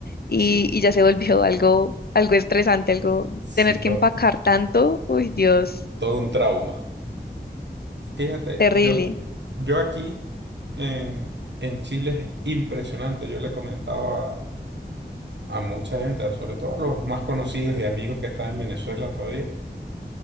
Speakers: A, on the left; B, on the right.
A: y,
B: Sí.
A: y ya se volvió <laughs> algo, algo estresante,
B: Eh, Sí,
A: tener
B: to-
A: que empacar tanto, uy, Dios,
B: todo un trauma. Fíjate,
A: terrible.
B: yo, yo aquí en, en Chile es impresionante. Yo le comentaba a, a mucha gente, sobre todo a los más conocidos y amigos que están en Venezuela todavía.